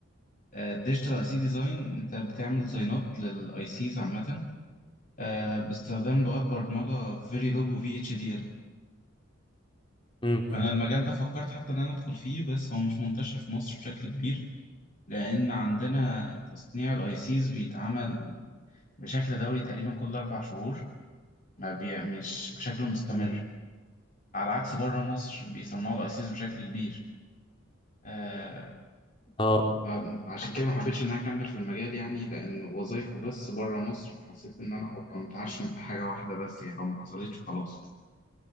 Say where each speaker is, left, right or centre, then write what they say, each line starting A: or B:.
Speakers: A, on the left; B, on the left.
A: الديجيتال اي سي ديزاين انت بتعمل ديزاينات للاي سيز عامه آه، باستخدام لغات برمجه فيريلوج وفي اتش دي ال
B: مم.
A: فانا المجال ده فكرت حتى ان انا ادخل فيه بس هو مش منتشر في مصر بشكل كبير لان عندنا تصنيع الاي سيز بيتعمل بشكل دوري تقريبا كل اربع شهور ما بي... مش بشكل مستمر
B: مم.
A: على عكس بره مصر بيصنعوا الأيسيس بشكل كبير آه
B: اه
A: ما- عشان كده ما حبيتش إن أنا أكمل في المجال يعني لأن وظايفه بس بره مصر فحسيت إن أنا هبقى متعشم في حاجة واحدة بس يعني لو ما حصلتش خلاص